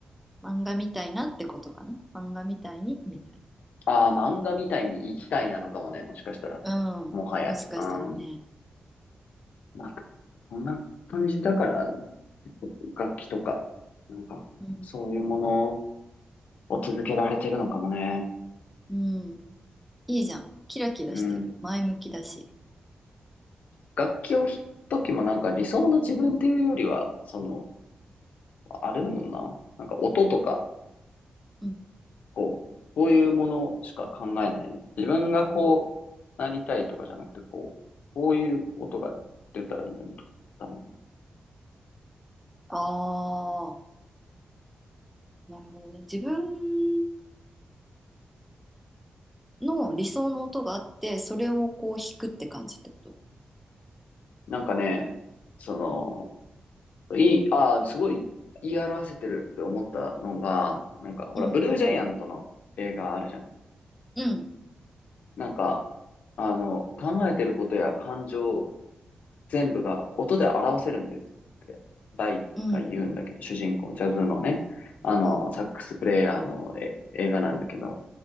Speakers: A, in the centre; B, on the left (about 80°).
A: 漫画みたいなってことかな。漫画みたいに、みたい
B: ああ、漫画みたいに生きたいなのかもね、もしかしたら。
A: な。うん。
B: もはや。
A: もしかしたらね。
B: うん。まあ、そんな感じだから、楽器とか、なんか、
A: うん。
B: そういうものを続けられてるのかもね。
A: うん。いいじゃん。キラキラしてる。
B: うん。
A: 前向きだし。
B: 楽器を弾くときもなんか理想の自分っていうよりは、その、あれだもんな。なんか音とか、
A: うん。
B: こう、こういうものしか考えない。自分がこうなりたいとかじゃなくて、こう、こういう音が出たらいいのにとかだもんね。
A: ああ、なるほどね。自分の理想の音があって、それをこう弾くって感じってこと。
B: なんかね、その、いい、ああ、すごい言い表せてるって思ったのが、なんか、ほら、
A: うん。
B: ブルージャイアントの映画あるじゃん。
A: うん。
B: なんか、あの、考えてることや感情全部が音で表せるんですって、ダイが言うんだけど、
A: うん。
B: 主人公、ジャズのね、あの、
A: うん。
B: サックスプレイヤーのえ映画なんだけど、